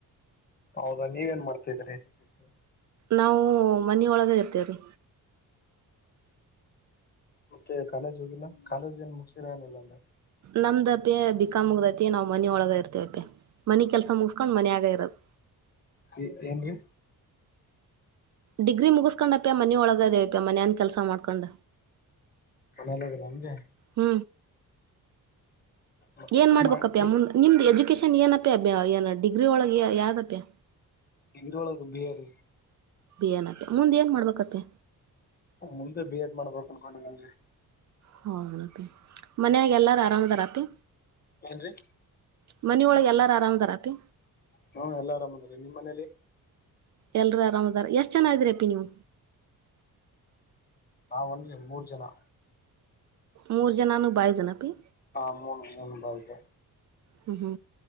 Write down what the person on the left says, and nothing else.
ಹೌದಾ ನೀವೇನ್ ಮಾಡ್ತಾ ಇದೀರಿ ಎಜುಕೇಶನ್.
ಮತ್ತೆ ಕಾಲೇಜ್ ಹೋಗಿಲ್ಲ ಕಾಲೇಜ್ ಏನ್ ಮುಗಸಿರಾ ಏನಿಲ್ಲ ಅಂದೆ.
ಈ ಏನ್ರಿ.
ಮನೇಲಿದೀರೆಂಡ್ರಿ.
ಮತ್ತೆ
ಟೀ
ಮಾಡಿ
ಹಿಂದು ಒಳಗ ಹೊಗ್ಗೆರಿ.
ಮುಂದೆ ಬಿ ಎಡ್ ಮಾಡ್ಬೇಕು ಅನ್ಕೊಂಡಿದೆನಿ.
ಏನಂಡ್ರಿ.
ಹು ಎಲ್ಲಾ ಆರಾಮಅದಾರಿ ನಿಮ್ಮ ಮನೇಲಿ.
ನಾವುಂಡ್ರಿ ಮೂರ ಜನಾ.
ಹಾ ಮೂರು ಜನಾನು ಬಾಯಜೇ.